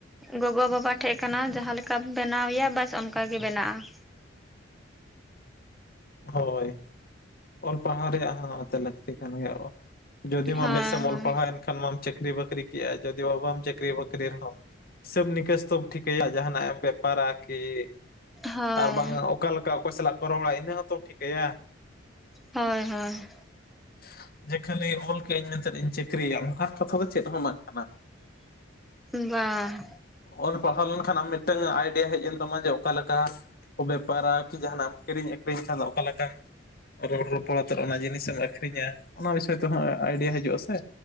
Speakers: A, in the centre; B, on the left (about 50°).
A: ᱜᱚᱜᱚ ᱵᱟᱵᱟ ᱴᱷᱮᱡ ᱠᱟᱱᱟ, ᱡᱟᱦᱟᱸ ᱞᱮᱠᱟᱢ ᱵᱮᱱᱟᱣᱮᱭᱟ ᱵᱟᱥ ᱚᱱᱠᱟᱜᱮ ᱵᱮᱱᱟᱜᱼᱟ ᱾
B: ᱦᱳᱭ ᱚᱞ ᱯᱟᱲᱦᱟᱣ ᱨᱮᱭᱟᱜ ᱦᱚᱸ ᱟᱫᱚ ᱞᱟᱹᱠᱛᱤ ᱠᱟᱱ ᱜᱮᱭᱟ᱾ ᱡᱩᱫᱤ ᱢᱟ
A: ᱦᱳᱭ
B: ᱵᱮᱥᱮᱢ
A: ᱦᱳᱭ
B: ᱚᱞ ᱯᱟᱲᱦᱟᱣ ᱮᱱᱠᱷᱟᱱ ᱢᱟᱢ ᱪᱟᱹᱠᱨᱤ ᱵᱟᱹᱠᱨᱤ ᱠᱮᱜᱼᱟ ᱾ ᱡᱩᱫᱤ ᱵᱟᱢ ᱪᱟᱹᱠᱨᱤ ᱵᱟᱹᱠᱨᱤ ᱨᱮᱦᱚᱸ ᱦᱤᱥᱟᱹᱵ ᱱᱤᱠᱟᱹᱥ ᱛᱚᱢ ᱴᱷᱤᱠᱟᱹᱭᱟ, ᱡᱟᱦᱟᱱᱟᱜ ᱮᱢ ᱵᱮᱯᱟᱨᱟ ᱠᱤ ᱾
A: ᱦᱳᱭ
B: ᱟᱨ ᱵᱟᱝ ᱚᱠᱟ ᱞᱮᱠᱟ ᱚᱠᱚᱭ ᱥᱟᱞᱟᱜ ᱠᱚ ᱨᱚᱲᱟ ᱤᱱᱟᱹ ᱦᱚᱸᱛᱚᱢ ᱴᱷᱤᱠᱟᱹᱭᱟ ᱾
A: ᱦᱳᱭ ᱦᱳᱭ
B: <inaudible> ᱡᱮ ᱠᱷᱟᱹᱞᱤ ᱚᱞ ᱠᱮᱜᱼ ᱟᱹᱧ ᱢᱮᱱᱛᱮ ᱤᱧ ᱪᱟᱹᱠᱨᱤᱭᱟ ᱚᱱᱠᱟᱱ ᱠᱟᱛᱷᱟ ᱫᱚ ᱪᱮᱫ ᱦᱚᱸ ᱵᱟᱝᱠᱟᱱᱟ ᱾
A: ᱵᱟᱝ ᱾
B: ᱚᱞ ᱯᱟᱲᱦᱟᱣ ᱞᱮᱱᱠᱷᱟᱱ ᱟᱢ ᱢᱤᱫᱴᱟᱹᱝ ᱟᱭᱰᱤᱭᱟ ᱦᱮᱡ ᱮᱱ ᱛᱟᱢᱟ, ᱡᱮ ᱚᱠᱟ ᱞᱮᱠᱟ ᱠᱚ ᱵᱮᱯᱟᱨᱟ ᱠᱤ ᱡᱟᱦᱟᱱᱟᱜ ᱮᱢ ᱠᱤᱨᱤᱧ ᱟᱹᱠᱷᱨᱤᱧ ᱠᱷᱟᱱ ᱫᱚ ᱚᱠᱟ ᱞᱮᱠᱟᱢ ᱨᱚᱲ ᱨᱚᱯᱚᱲ ᱟᱛᱮᱫ ᱚᱱᱟ ᱡᱤᱱᱤᱥ ᱮᱢ ᱟᱹᱠᱷᱨᱤᱧᱟ ᱚᱱᱟ ᱵᱤᱥᱚᱭ ᱛᱮᱦᱚᱸ ᱟᱭᱰᱤᱭᱟ ᱦᱤᱡᱩᱜᱼᱟ ᱥᱮ